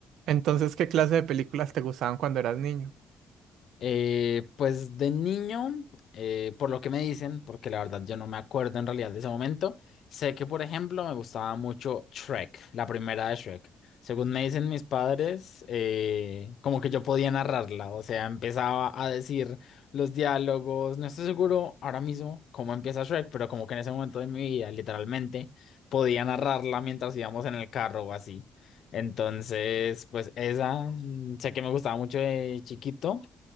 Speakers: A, on the right; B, on the left.
A: Entonces, ¿qué clase de películas te gustaban cuando eras niño?
B: Eh, pues de niño, eh, por lo que me dicen, porque la verdad yo no me acuerdo en realidad de ese momento, sé que por ejemplo me gustaba mucho Shrek, la primera de Shrek. Según me dicen mis padres, eh, como que yo podía narrarla, o sea, empezaba a decir los diálogos, no estoy seguro ahora mismo cómo empieza Shrek, pero como que en ese momento de mi vida, literalmente, podía narrarla mientras íbamos en el carro o así. Entonces, pues esa, mm, sé que me gustaba mucho de chiquito.